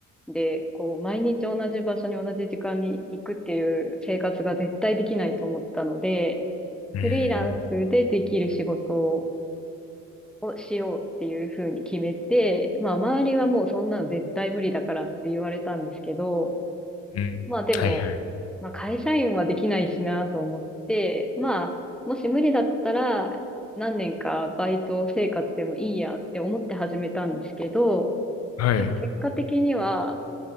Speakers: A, in the centre; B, on the left (about 55°).
A: で、こう、毎日同じ場所に同じ時間に行くっていう生活が絶対できないと思ったので、
B: うん、
A: フリーランスでできる仕事
B: うん。うーん、
A: をしようっていうふうに決めて、まあ、周りはもうそんなの絶対無理だからって言われたんですけど、
B: うん、うんはいはい。
A: まあでも、まあ会社員はできないしなと思って、まあ、もし無理だったら、何年かバイト生活でもいいやって思って始めたんですけど、
B: はい。
A: でも結果的には、